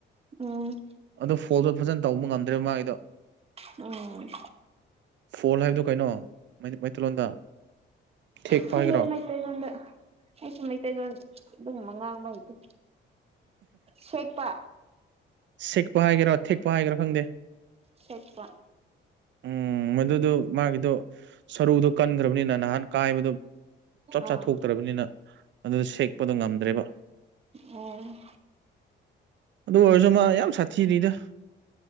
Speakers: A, on the right; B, on the right.
A: ꯎꯝ
B: ꯑꯗꯣ ꯐꯣꯜꯗꯣ ꯐꯖꯅ ꯇꯧꯕ ꯉꯝꯗ꯭ꯔꯦꯕ ꯃꯥꯒꯤꯗꯣ
A: ꯎꯝ
B: ꯐꯣꯜ ꯍꯥꯏꯕꯗꯨ ꯀꯩꯅꯣ ꯃꯩ ꯃꯩꯇꯩꯂꯣꯟꯗ ꯊꯦꯛꯄ
A: ꯈꯪꯗꯦ
B: ꯍꯥꯏꯒꯦꯔꯣ
A: ꯃꯩꯇꯩ ꯂꯣꯟꯗ ꯑꯩꯁꯨ ꯃꯩꯇꯩ ꯂꯣꯟ ꯑꯗꯨꯒꯨꯝꯕ ꯉꯥꯡꯕ ꯍꯩꯇꯦ ꯁꯦꯛꯄꯥ
B: ꯁꯦꯛꯄ ꯍꯥꯏꯒꯦꯔꯣ ꯊꯦꯛꯄ ꯍꯥꯏꯒꯦꯔꯣ ꯈꯪꯗꯦ
A: ꯁꯦꯛꯄ
B: ꯎꯝ ꯃꯗꯨꯗꯨ ꯃꯥꯒꯤꯗꯣ ꯁꯔꯨꯗꯣ ꯀꯟꯒ꯭ꯔꯕꯅꯤꯅ ꯅꯍꯥꯟ ꯀꯥꯏꯕꯗꯨ ꯆꯞ
A: ꯑꯥ
B: ꯆꯥ ꯊꯣꯛꯇ꯭ꯔꯕꯅꯤꯅ ꯑꯗꯨꯗ ꯁꯦꯛꯄꯗꯣ ꯉꯝꯗ꯭ꯔꯦꯕ
A: ꯑꯣ
B: ꯑꯗꯨ ꯑꯣꯏꯔꯁꯨ ꯃꯥ ꯌꯥꯝ ꯁꯥꯊꯤꯔꯤꯗ